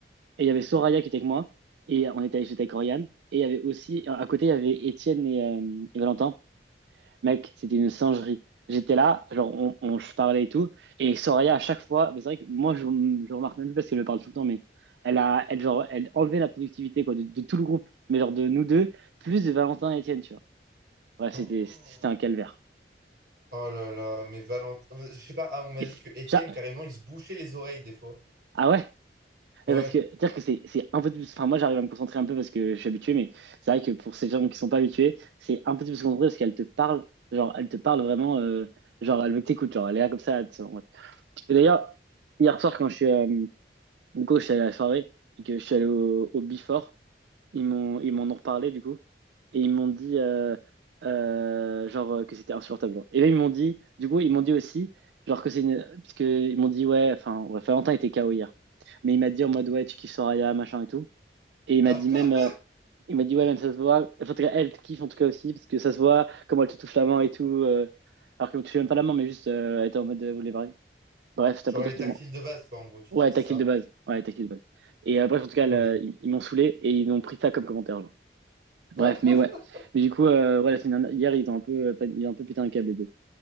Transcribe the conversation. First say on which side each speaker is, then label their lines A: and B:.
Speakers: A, on the right (about 75°); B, on the right (about 60°).
A: Et il y avait Soraya qui était avec moi, et on était allé avec Oriane, et il y avait aussi, à à côté, il y avait Étienne et, euh, et Valentin. Mec, c'était une singerie. J'étais là, genre, on, on, je parlais et tout. Et Soraya, à chaque fois, mais c'est vrai que moi, je, je remarque même plus parce qu'elle me parle tout le temps, mais elle a, elle, genre, elle enlevait la productivité, quoi, de, de tout le groupe, mais genre de nous deux, plus de Valentin et Étienne, tu vois. Ouais, c'était,
B: Oh,
A: c'était un calvaire.
B: Oh là là, mais Valentin... Je sais pas, ah, on m'a
A: Et
B: dit
A: c'est-
B: que Étienne,
A: j'a-
B: carrément, il se bouchait les oreilles des fois.
A: ah ouais?
B: Ouais.
A: Mais Parce que, dire que c'est, c'est un peu plus, enfin, moi, j'arrive à me concentrer un peu parce que je suis habitué, mais c'est vrai que pour ces gens qui sont pas habitués, c'est un peu plus concentré parce qu'elle te parle, genre, elle te parle vraiment, euh, genre, elle veut que t'écoutes, genre, elle est là comme ça, Et d'ailleurs, hier soir, quand je suis, euh, du coup, je suis allé à la soirée et que je suis allé au, au Before, ils m'ont, ils m'en ont reparlé du coup. Et ils m'ont dit, euh, euh, genre, euh, que c'était insupportable. genre. Et là, ils m'ont dit, du coup, ils m'ont dit aussi, genre, que c'est une. Parce que ils m'ont dit, ouais, enfin, ouais, Valentin était KO hier. Mais il m'a dit en mode, ouais, tu kiffes Soraya, machin et tout. Et il
B: <laughs>
A: m'a dit même, euh, il m'a dit, ouais, même ça se voit. Enfin, en tout cas, elle te kiffe en tout cas aussi, parce que ça se voit comment elle te touche la main et tout. euh, alors qu'elle ne touche même pas la main, mais juste, euh, elle était en mode, euh, vous voulez parler. Bref, c'était
B: Genre
A: pour dire
B: les
A: qu'ils
B: tactiles
A: m'ont
B: de base, quoi, en gros, tu
A: Ouais,
B: dis c'est
A: tactile
B: ça?
A: de base. Ouais, tactile de base. Et euh, bref, en tout cas,
B: Ok.
A: là, ils, ils m'ont saoulé et ils ont pris ça comme commentaire. genre.
B: <laughs>
A: Bref, mais ouais. Mais du coup, euh, ouais, la semaine dernière, hier, ils ont un peu, euh, pas- ils ont un peu pété un câble, les deux.